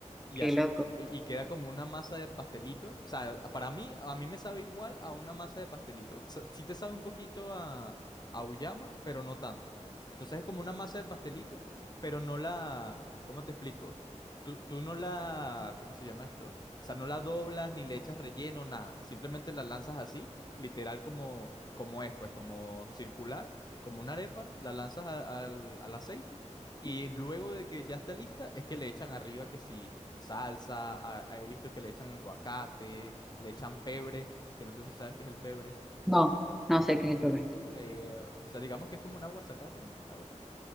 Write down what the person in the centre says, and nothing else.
qué
loco.
No, no sé qué es el pebre.